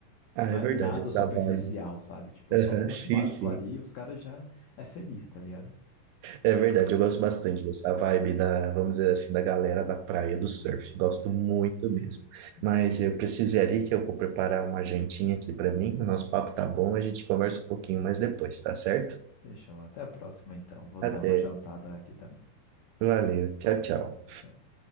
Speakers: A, on the right (about 80°); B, on the left (about 75°).
A: Ah,
B: Não
A: é
B: é
A: verdade,
B: nada
A: essa
B: superficial,
A: vibe.
B: sabe? Tipo,
A: Aham,
B: só com os
A: sim,
B: básicos
A: sim.
B: ali, os caras já é feliz, tá ligado?
A: É verdade, eu gosto
B: Aham,
A: bastante dessa vibe da, vamos dizer assim, da galera da praia do surf. Gosto
B: é.
A: muito mesmo.
B: Uhum.
A: Mas eu preciso ir ali que eu vou preparar uma jantinha aqui para mim. O nosso papo tá bom, a gente conversa um pouquinho mais depois, tá certo?
B: Fechou. Até a próxima, então. Vou
A: Até.
B: dar uma jantada aqui também.
A: Valeu. Tchau, tchau.
B: Tchau.